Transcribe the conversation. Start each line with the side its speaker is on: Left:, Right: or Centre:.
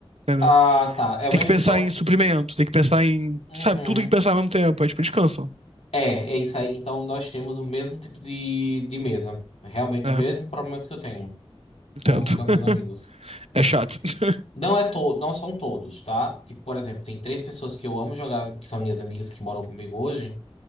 Right: entendeu?
Left: Ah, tá. É, o
Right: Tem
Left: mesmo-
Right: que pensar
Left: então.
Right: em suprimento, tem que pensar em,
Left: Uhum.
Right: sabe, tudo tem que pensar ao mesmo tempo, aí, tipo, eles cansam.
Left: É, é isso aí. Então nós temos o mesmo tipo de, de mesa. Realmente
Right: É,
Left: o mesmo problemas que eu tenho
Right: entendo.
Left: com, com meus
Right: <laughs>
Left: amigos.
Right: É chato. <laughs>
Left: Não é todo, não são todos, tá? Tipo, por exemplo, tem três pessoas que eu amo jogar, que são minhas amigas que moram comigo hoje,